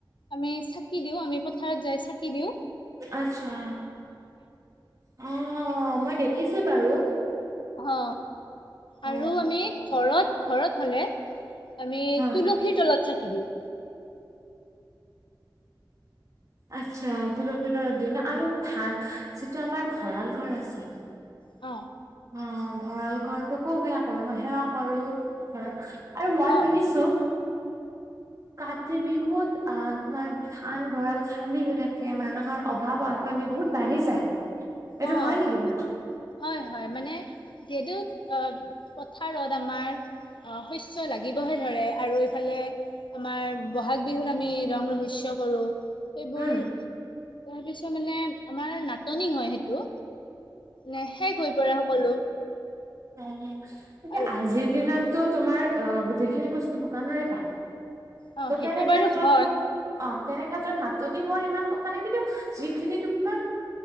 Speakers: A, on the left; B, on the right.
A: আমি চাকি দিও আমি পথাৰত যাই চাকি দিও
B: আচ্ছা অ মই দেখিছো বাৰু
A: অ
B: অ
A: আৰু আমি ঘৰত ঘৰত হ'লে আমি
B: অ
A: তুলসীৰ তলত চাঁকি দিওঁ
B: আচ্ছা তুলসীৰ তলত দিয়ে ন আৰু ধান যিটো আমাৰ ভঁৰাল ঘৰ আছে
A: অ
B: অ ভঁৰাল ঘৰটোকো সেৱা কৰো ন সেৱা কৰো ধৰ আৰু মই
A: অ
B: শুনিছো কাতি বিহুত আহ তোমাৰ ধান ভঁৰাল খালী হৈ থাকে মানুহৰ অভাৱ আতনি বহুত বাঢ়ি যায় এইটো
A: অ
B: হয় নেকি
A: অ
B: বাৰু
A: হয় হয় মানে যিহেতু আহ পথাৰত আমাৰ আহ শস্য লাগিবহে ধৰে আৰু এইফালে আমাৰ বহাগ বিহুত আমি ৰং ৰহস্য কৰো এইবোৰ
B: উম
A: তাৰপিছত মানে আমাৰ নাটনি হয় সেইটো এইটো নে শেষ হৈ পৰে সকলো
B: এয়া
A: আৰু
B: আজিৰ দিনততো তোমাৰ অ গোটেইখিনি বস্তু দোকানৰে পায়
A: অ
B: ত'
A: সেইটো
B: তেনে
A: বাৰু
B: ক্ষেত্ৰতো
A: হয়
B: অ তেনে ত নাটনি হোৱাৰ ইমান কথা নাই কিন্তু যিখিনি তোমাৰ